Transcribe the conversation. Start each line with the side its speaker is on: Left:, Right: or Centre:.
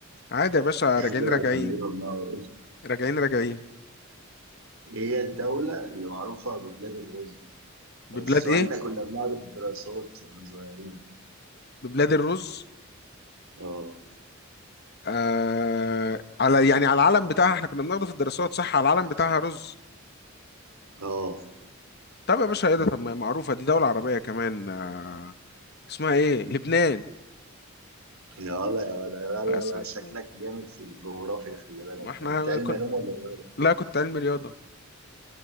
Left: عادي يا باشا
Right: احذر
Left: راجعين راجعين
Right: عشان نقرب نار
Left: راجعين راجعين
Right: هي الدولة اللي معروفة ببلاد الرز
Left: ببلاد
Right: السؤال
Left: ايه
Right: ده كنا بنقعد في الدراسات واحنا صغيرين
Left: ببلاد الرز
Right: اه
Left: آه على يعني على العلم بتاعها احنا كنا بناخده في الدراسات صح على العلم بتاعها رز
Right: اه
Left: طب يا باشا ايه ده طب ما هي معروفة دي دولة عربية كمان آه اسمها ايه لبنان
Right: يا ولا يا ولا لا لا
Left: بس
Right: لا
Left: عشان-
Right: شكلك جامد في الجغرافيا خلي بالك
Left: ما احنا
Right: انت كنت علم
Left: كن...
Right: علوم ولا إيه؟
Left: لا كنت علمي رياضة